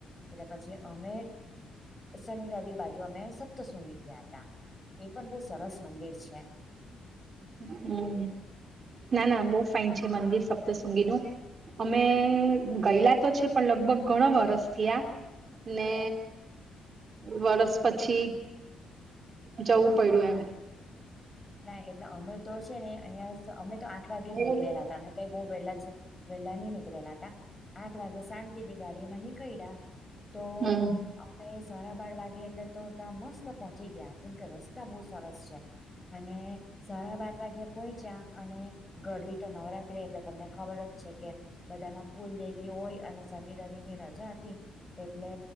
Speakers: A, on the left (about 15°); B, on the right (about 45°).
A: એટલે પછી અમે શનિ રવિ બાજુ અમે સપ્તસુંંગી ગયા હતા એ પણ બહુ સરસ. છે.
B: હમ ના ના બહુ ફાઇન છે મંદિર સપ્તસુંંગીનું અમે ગયેલા તો છે પણ લગભગ ઘણા વરષથી આ. ને વરસ. પછી જવું પડ્યું એમ.
A: ના એટ. એટલે અમે તો છે ને અહિયાં અમે તો આઠ વાગે જ
B: એમ
A: નીકળેલા હતા અમે કઈ બહ વહેલા જ વેલા નઈ નીકળેલા હતા આઠ વાગે શાંતિથી ગાડીમાં નીકળ્યા તો
B: હમ
A: અમે સાડા બાર વાગે. એટલે તો ત્યાં મસ્ત પહોંચી ગયા કેમ કે રસ્તા બહુ સરસ છે. અને સાડા બાર વાગ્યા. પહોંચ્યા અને ઘરદી તો નવરાત્રી એટલે તમને ખબર જ છે કે બધા ના કુલદેવી હોય અને શનિ રવિ ની રજા હતી એટલે